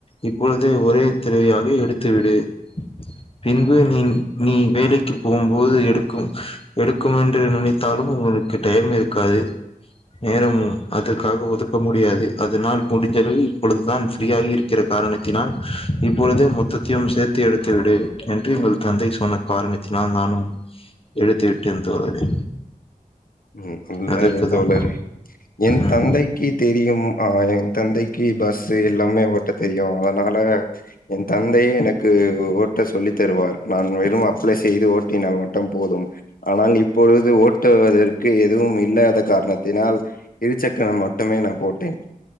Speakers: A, on the left; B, on the left.
A: இப்பொழுது ஒரே தடவையாக எடுத்துவிடு பின்பு நீ நீ வேலைக்கு போம்போது எடுக்கும் எடுக்கும் என்று நினைத்தாலும் உங்களுக்கு டைம் இருக்காது நேரமும் அதற்காக ஒதுக்க முடியாது அதனால் முடிஞ்சளவு இப்பொழுதுதான் ஃப்ரீயாக இருக்கிறது காரணத்தினால் இப்பொழுதே மொத்தத்தையும் சேர்த்து எடுத்து விடு என்று எங்கள் தந்தை சொன்ன காரணத் தினால் நானும் எடுத்து விட்டேன் தோழரே
B: ம் உள்ளது
A: அதற்குதான்
B: தோழரே என்
A: ம்
B: தந்தைக்கு தெரியும் ஆ என் தந்தைக்கு பஸ்ஸு எல்லாமே ஓட்ட தெரியும் அதனால என் தந்தையே எனக்கு ஓட்ட சொல்லி தருவார் நான் வெறும் அப் அப்ளை செய்து ஓட்டினால் மட்டும் போதும் ஆனால் இப்பொழுது ஓட்டுவதற் க்கு எதுவும் இல்லாத காரணத்தினால் இரு சக்கரம் மட்டுமே நான் போட்டேன்